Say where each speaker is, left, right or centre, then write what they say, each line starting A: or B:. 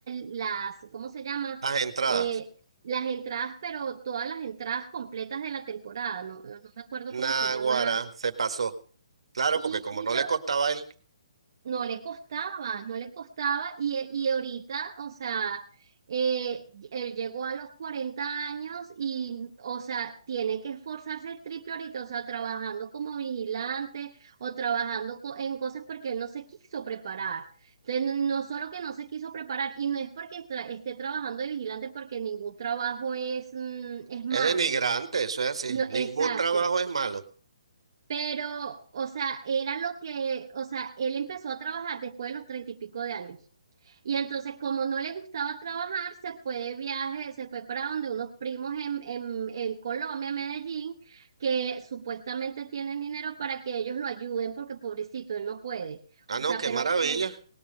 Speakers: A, on the right (about 40°); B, on the right (about 70°).
A: las, ¿cómo se llama?
B: Las entradas.
A: Eh, las entradas, pero todas las entradas completas de la temporada, no, no no me acuerdo
B: Naguará,
A: cómo se llama.
B: se pasó. Claro,
A: Y,
B: porque como
A: y
B: no
A: lo-
B: le costaba a él,
A: no le costaba, no le costaba. Y, y ahorita, o sea, eh, él llegó a los 40 años y, o sea, tiene que esforzarse el triple ahorita, o sea, trabajando como vigilante o trabajando co- en cosas porque él no se quiso preparar. Entonces, no, no solo que no se quiso preparar, y no es porque tra- esté trabajando de vigilante, porque ningún trabajo es, mm, es malo,
B: es denigrante, eso es así.
A: No,
B: Ningún
A: exacto,
B: trabajo es malo.
A: pero, o sea, era lo que, o sea, él empezó a trabajar después de los treinta y pico de años. Y entonces, como no le gustaba trabajar, se fue de viaje, se fue para donde unos primos en, en, en Colombia, en Medellín, que supuestamente tienen dinero para que ellos lo ayuden, porque pobrecito, él no puede.
B: Ah,
A: O
B: no,
A: sea,
B: qué
A: pero,
B: maravilla.
A: tien-